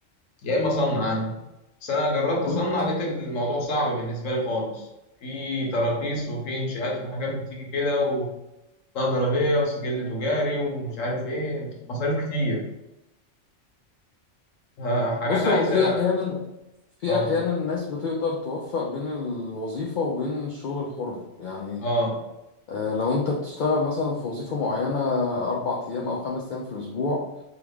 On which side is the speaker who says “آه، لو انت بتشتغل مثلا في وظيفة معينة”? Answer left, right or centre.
Left